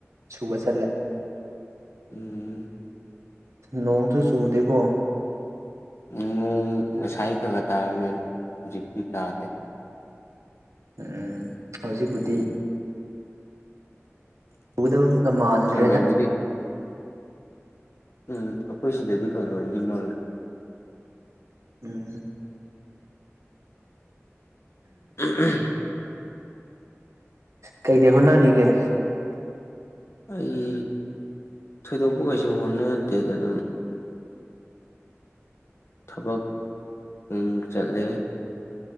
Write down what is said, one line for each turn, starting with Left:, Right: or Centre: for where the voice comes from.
Right: ꯁꯨꯕ ꯆꯠꯂꯦ
Left: ꯎꯝ
Right: ꯅꯣꯡꯁꯨ ꯆꯨꯗꯦꯀꯣ
Left: ꯎ ꯅꯣꯡ ꯉꯁꯥꯏ ꯈꯥ ꯈꯥ ꯇꯥꯔꯝꯃꯦ ꯍꯧꯖꯤꯛꯇꯤ ꯇꯥꯗꯦ
Right: ꯑꯝ ꯍꯧꯖꯤꯛꯄꯨꯗꯤ ꯆꯨꯗꯧꯃꯨꯛꯀ ꯃꯥꯟꯗ꯭ꯔꯦꯗ
Left: ꯈꯔ ꯈꯔꯕꯨꯗꯤ ꯎꯝ ꯑꯈꯣꯏ ꯁꯤꯗꯗꯤ ꯈꯥ ꯈꯥꯕꯨꯗꯤ ꯃꯪꯉꯦ
Right: ꯎꯝ
Left: ꯎꯝ ꯎꯝ
Right: ꯀꯩ ꯀꯩ ꯍꯣꯠꯅꯔꯤꯒꯦ
Left: ꯑꯩ ꯊꯣꯏꯗꯣꯛꯄ ꯀꯩꯁꯨ ꯍꯣꯠꯅꯗꯦꯗ ꯑꯗꯨꯝ ꯊꯕꯛ ꯑꯃꯨꯛ ꯃꯨꯛ ꯆꯠꯂꯦ